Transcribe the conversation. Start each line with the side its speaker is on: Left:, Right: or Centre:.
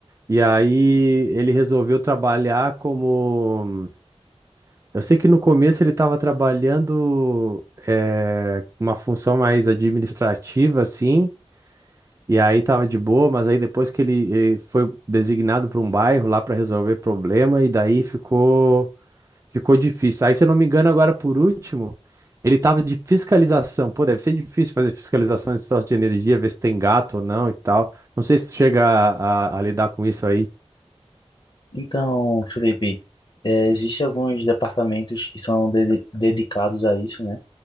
Right: e aí ele resolveu trabalhar como... Eu sei que no começo ele estava trabalhando eh, uma função mais administrativa, assim, e aí estava de boa, mas aí depois que ele, ele foi designado para um bairro lá para resolver problema, e daí ficou Ficou difícil. Aí, se eu não me engano, agora por último, ele tava de fiscalização. Pô, deve ser difícil fazer fiscalização de sorte de energia, ver se tem gato ou não e tal. Não sei se chega a, a- a lidar com isso aí. <laughs>
Left: Então, Felipe, é, existe alguns departamentos que são dede- dedicados a isso, né?